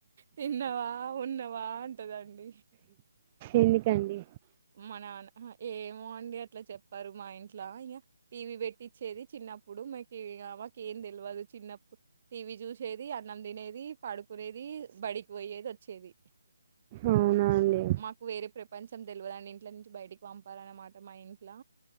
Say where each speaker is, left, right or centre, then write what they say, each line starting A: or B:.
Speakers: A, on the right; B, on the right.
A: తిన్నవా ఉన్నవా అంటుందండి
B: ఎందుకండి
A: మన ఏమోండి అట్లా చెప్పారు మా ఇంట్లో ఇగ టీవీ పెట్టి టిచ్చేది చిన్నప్పుడు మకి మాకు ఏం తెల్వదు చిన్నప్పుడు టీవీ చూసేది అన్నం తినేది పడుకునేది బడికి పోయేది వచ్చేది
B: అవునా అండి
A: మాకు వేరే ప్రపంచం తెలవదు అండి ఇంటీలో నుంచి బయటికి పంపారు అనమాట మా ఇంట్లో